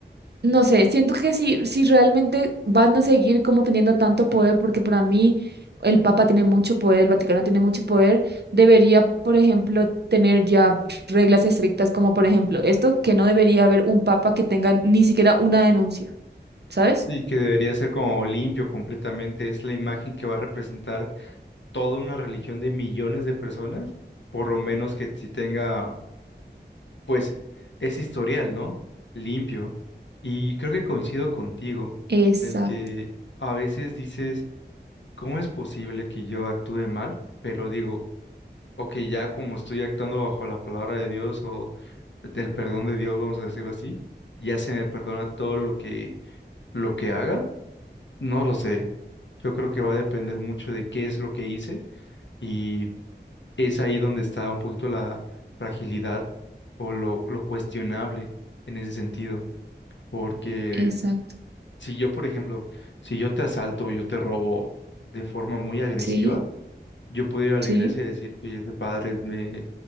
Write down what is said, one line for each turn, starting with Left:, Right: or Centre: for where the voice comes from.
Right: no sé, siento que si, si realmente van a seguir como teniendo tanto poder, porque para mí el Papa tiene mucho poder, el Vaticano tiene mucho poder, debería, por ejemplo, tener ya reglas estrictas como, por ejemplo, esto, que no debería haber un Papa que tenga ni siquiera una denuncia, ¿sabes?
Left: Y que debería ser como limpio completamente. Es la imagen que va a representar toda una religión de millones de personas, por lo menos que si tenga, pues, ese historial, ¿no? Limpio. Y creo que coincido contigo
Right: Exacto,
Left: en el que a veces dices ¿Cómo es posible que yo actúe mal? Pero digo, ok, ya como estoy actuando bajo la palabra de Dios o del perdón de Dios, vamos a decirlo así, ya se me perdona todo lo que lo que haga. No lo sé. Yo creo que va a depender mucho de qué es lo que hice y es ahí donde está un poquito la fragilidad o lo, lo cuestionable en ese sentido. Porque
Right: exacto,
Left: si yo, por ejemplo, si yo te asalto o yo te robo de forma muy agresiva,
Right: sí,
Left: yo puedo ir a la
Right: sí,
Left: iglesia y decir, fíjese, padre, me,